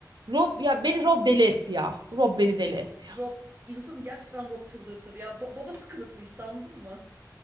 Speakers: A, on the right; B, on the right.
A: Rob ya beni Rob deli etti ya. Rob beni deli etti ya.
B: Rob insanı gerçekten Rob çıldırtır. Ya ba- babası kılıklı işte anladın mı?